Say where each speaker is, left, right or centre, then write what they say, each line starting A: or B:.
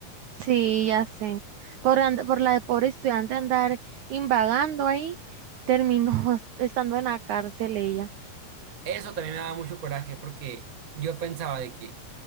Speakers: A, on the right; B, on the right.
A: Sí, ya sé. Por, and- por la de pobre estudiante andar invagando ahí, terminó <laughs> estando en la cárcel ella.
B: Eso también me daba mucho coraje porque yo pensaba de que